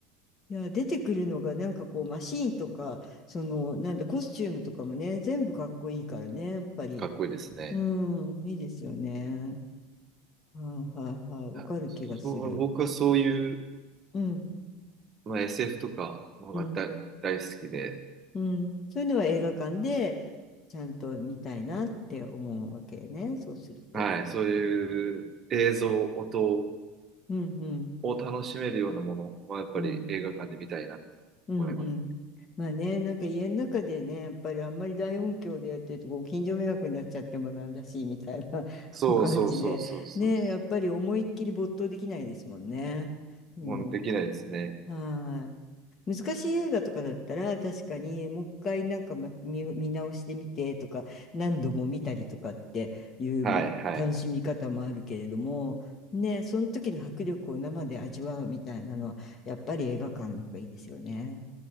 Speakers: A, on the left (about 35°); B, on the right (about 35°).
A: いや、出てくるのがなんかこうマシーンとか、その、なんだ、コスチュームとかもね、全部かっこいいからね、やっぱり。
B: かっこいいですね。
A: うん、いいですよね。はいはいはい。わかる気がする。
B: あそう、僕はそういう、
A: うん、
B: まあ、SF とかもまた大好きで、
A: うん。うん。そういうのは映画館でちゃんと見たいなって思うわけね。そうすると。
B: はい、そういう映像、音
A: うんうん
B: を楽しめるようなものはやっぱり映画館で見たいなと
A: うんうんうん。
B: 思います。
A: まあね、なんか家の中でね、やっぱりあんまり大音響でやってるとご近所迷惑になっちゃってもなんだし、みたいな <laughs>
B: そうそうそうそうそう。
A: 感じで。ね、やっぱり思いっきり没頭できないですもんね。うん。
B: もうできないですね。
A: はーい。難しい映画とかだったら確かにもう一回なんかま見、見直してみてとか何度も見たりとかっていう楽しみ方もあるけれどもねその時の迫力を生で味わうみたいなのはやっぱり映画館の方がいいですよね。
B: はいはいはい。